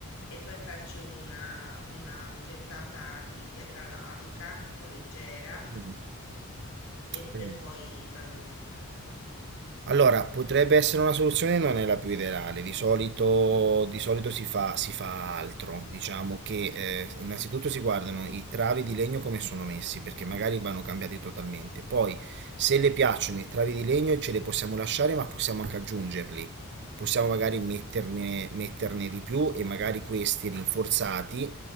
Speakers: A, on the left; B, on the right.
A: e poi farci una, una gettata di pietra lavica un po' leggera
B: Mm.
A: e per
B: Mm.
A: poi pavimentare.
B: Allora, potrebbe essere una soluzione, non è la più ideale, di solito, di solito si fa, si fa altro, diciamo che eh, innanzitutto si guardano i travi di legno come sono messi, perché magari vanno cambiati totalmente, poi se le piacciono i travi di legno ce le possiamo lasciare, ma possiamo anche aggiungerli, possiamo magari metterne, metterne di più e magari questi rinforzati,